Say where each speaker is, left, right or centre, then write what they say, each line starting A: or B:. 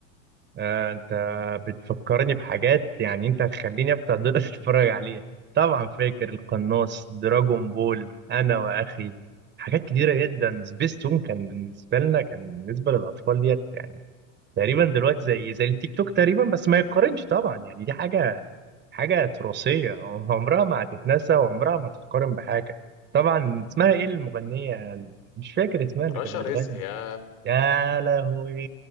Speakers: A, on the right (about 25°); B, on the left (about 75°).
A: آه، انت بتفكرني بحاجات يعني انت هتخليني افتح دول <laughs> اتفرج عليها طبعا فاكر القناص دراجون بول انا واخي حاجات كتيره جدا سبيستون كان بالنسبه لنا كان بالنسبه للاطفال ديت يعني تقريبا دلوقتي زي زي التيك توك تقريبا بس ما يتقارنش طبعا يعني دي حاجه حاجه تراثيه <laughs> عمرها ما هتتنسى وعمرها ما هتتقارن بحاجه طبعا اسمها ايه المغنيه مش فاكر اسمها اللي
B: رشا
A: كانت بتغني
B: رزق يا
A: يا لهوي